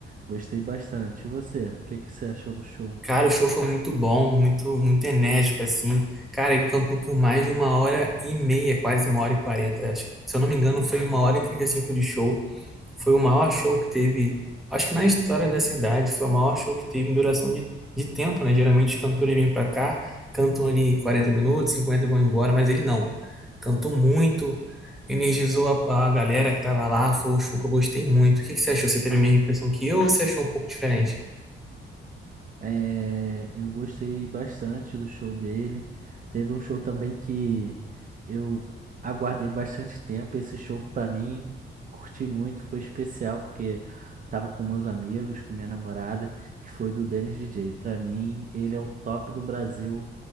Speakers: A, on the right; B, in the centre.
A: Gostei bastante. E você? O que que você achou do show?
B: Cara, o show foi muito bom, muito, muito enérgico, assim. Cara, ele cantou por mais de uma hora e meia, quase uma hora e quarenta. Acho, se eu não me engano, foi uma hora e trinta e cinco de show. Foi o maior show que teve, acho que na história dessa idade, foi o maior show que teve em duração de, de tempo, né? Geralmente os cantores vêm pra cá, cantam ali 40 minutos, 50 e vão embora, mas ele não. Cantou muito, energizou a, a galera que tava lá, foi um show que eu gostei muito. O que que você achou? Você teve a mesma impressão que eu ou você achou um pouco diferente?
A: É, eu gostei bastante do show dele. Teve um show também que eu aguardei bastante tempo. Esse show pra mim, curti muito, foi especial porque tava com meus amigos, com minha namorada, que foi do Dennis DJ. Pra mim, ele é o top do Brasil